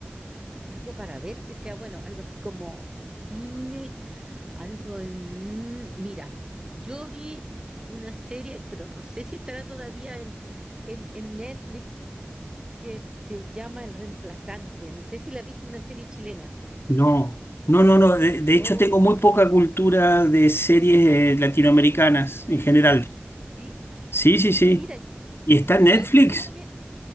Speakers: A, on the right (about 20°); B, on the left (about 70°).
A: algo para ver que sea bueno, algo así como cine, algo en... mm, Mira, yo vi una serie, pero no sé si estará todavía en, en, en Netflix, que se llama El Reemplazante. No sé si la viste, una serie chilena.
B: No, no, no, no. De, de hecho,
A: Oh,
B: tengo muy poca cultura de series eh, latinoamericanas en general.
A: ¿sí?
B: Sí, sí, sí.
A: Mira,
B: ¿Y está
A: yo
B: en Netflix?
A: te recomiendo,